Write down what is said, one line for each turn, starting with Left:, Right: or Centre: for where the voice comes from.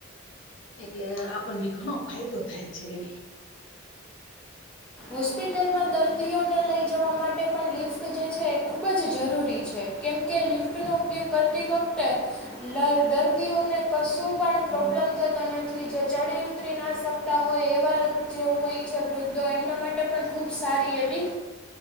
Left: એટલે આપણને ઘણો ફાયદો થાય છે એ.
Centre: હોસ્પિટલમાં દર્દીઓને લઈ જવા માટે પણ લિફ્ટ જે છે એ ખૂબ જ જરૂરી છે કેમ કે લિફ્ટનો ઉપયોગ કરતી વખતે દર્દીઓને કશું પણ
Left: હમ
Centre: પ્રોબ્લમ થતો નથી જે ચડી ઉતરી ના શકતા હોય એવા જે હોય છે વૃદ્ધો એમના માટે પણ ખૂબ સારી એવી